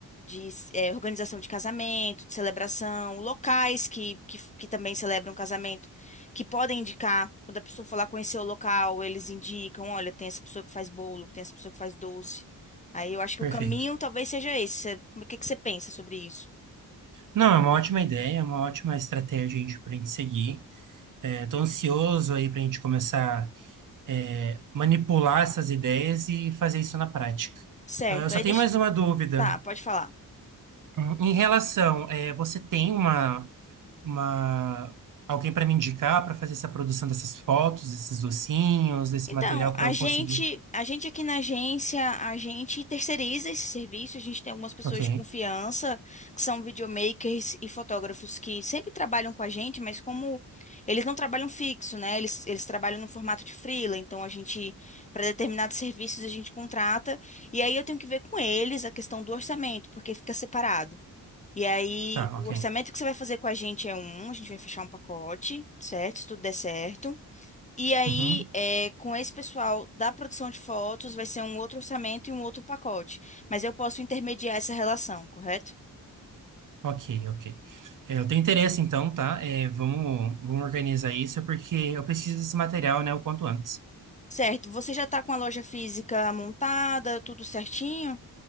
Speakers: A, on the left; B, on the right.
A: de eh, organização de casamento, de celebração, locais que, que, que também celebram casamento, que podem indicar, quando a pessoa for lá conhecer o local, eles indicam, olha, tem essa pessoa que faz bolo, tem essa pessoa que faz doce. Aí eu acho que
B: Perfeito.
A: o caminho talvez seja esse. Cê- O que que você pensa sobre isso?
B: Não, é uma ótima ideia, é uma ótima estratégia a gente, para a gente seguir. É, tô ansioso aí para a gente começar é, manipular essas ideias e fazer isso na prática.
A: Certo,
B: Ah, só
A: aí
B: tenho
A: deixa...
B: mais uma dúvida.
A: Tá, pode falar.
B: Hum, Em relação, é, você tem uma, uma alguém para me indicar para fazer essa produção dessas fotos, desses docinhos, desse
A: Então,
B: material para
A: a
B: eu
A: gente,
B: conseguir
A: a gente aqui na agência, a gente terceiriza esse serviço, a gente tem algumas pessoas
B: Ok,
A: de confiança, que são videomakers e fotógrafos que sempre trabalham com a gente, mas como eles não trabalham fixo, né? Eles, eles trabalham no formato de freela, então a gente, para determinados serviços, a gente contrata, e aí eu tenho que ver com eles a questão do orçamento, porque fica separado. E aí,
B: tá,
A: o
B: ok.
A: orçamento que você vai fazer com a gente é um, a gente vai fechar um pacote, certo? Se tudo der certo. E aí,
B: Uhum,
A: é, com esse pessoal da produção de fotos, vai ser um outro orçamento e um outro pacote. Mas eu posso intermediar essa relação, correto?
B: ok, ok. É, eu tenho interesse, então, tá? É, vamos, vamos organizar isso, é porque eu preciso desse material, né, o quanto antes.
A: Certo. Você já está com a loja física montada, tudo certinho?